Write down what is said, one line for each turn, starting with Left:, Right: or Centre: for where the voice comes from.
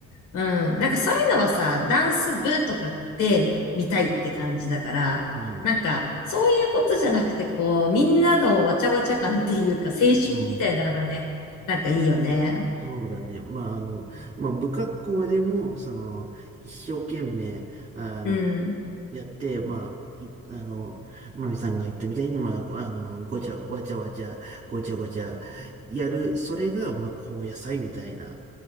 Left: うん。なんかそういうのはさ、ダンス部とかって見たいって感じだから、
Right: うん。
Left: なんかそういうことじゃなくて、こう、みんなのわちゃわちゃ感っていうか、青春みたいなのがね、
Right: うん。
Left: なんかいいよね。
Right: そうだね。まあ、あの、まあ、不格好でも、その、一生懸命、あの、
Left: うん。
Right: やって、まあ、い、あの、まみさんが言ったみたいに、まあ、あの、ごちゃ、わちゃわちゃ、ごちゃごちゃ、やる、それが、まあ、高野菜みたいな